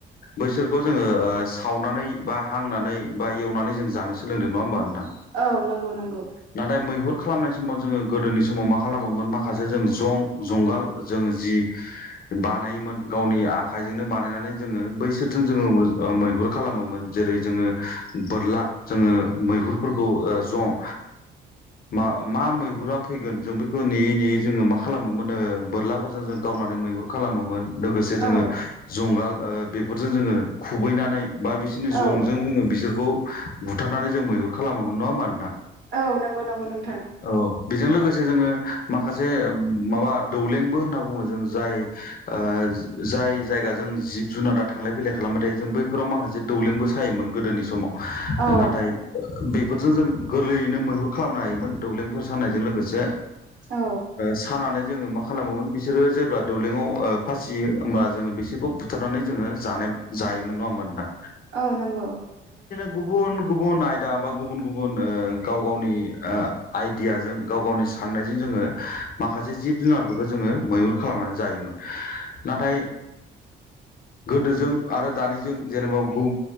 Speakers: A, on the left (about 45°); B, on the right (about 65°).
A: बैसोरखौ जोङो ओ सावनानै बा, हांनानै बा, एवनानै जों जानो सोलोंदों नङा होनोमबा नों थां
B: औ नंगौ नंगौ
A: नाथाय मैहुर खालामनाय समाव जोङो गोदोनि समाव मा खालामोमोन माखासे जों जं जुंगाल जों जि बानायोमोन गावनि आखाइजोंनो बानायनानै जोङो बैसोरजों जोङो मैहुर खालामोमोन। जेरै जोङो बोरला जोङो मैहुरफोरखौ ओ ज' मा मा मैहुरा फैगोन जों बैखौ नेयै नेयै जों जोङो मा खालामोमोन बोरलाफोरजों जों गावनानै मैहुर खालामोमोन लोगोसे जोङो
B: औ
A: जुंगाल बेफोरजों जोङो खुबैनानै बा बिसोरनि जंजों
B: औ
A: जोङो बिसोरखौ बुथारनानै जों मैहुर खालामोमोन नङा होमा नोंथां?
B: औ नंगौ नंगौ नोंथां।
A: औ बेजों लोगोसे जोङो माखासे माबा दौलेंबो होनना बुङो जों जाय ओ जाय जायगाजों जिब जुनादा थांलाय-फैलाय खालामबाय थायो जों बैफोराव माखासे दौलेंबो सायोमोन गोदोनि समाव।
B: औ
A: नाथाय बे फोरजों जों गोरलैयैनो मैहुर खालामनो हायोमोन दौलेंफोर सानायजों लोगोसे
B: औ
A: सानानै जोङो मा खालामोमोन बिसोरो जेब्ला दौलेङाव फासियो होमब्ला जोङो बिसोरखौ बु थारनानै जोङो जानाय जायोमोन नङा होनबा नोंथां।
B: औ नंगौ
A: गुबुन-गुबुन आयदा बा गुबुन-गुबुन ओ गाव-गावनि आइडियाजों गाव-गावनि साननायजों जोङो माखासे जिब-जुनारफोरखौ जोङो मैहुर खालामनानै जायोमोन। नाथाय गोदोजों आरो दानिजों जेनेबा गु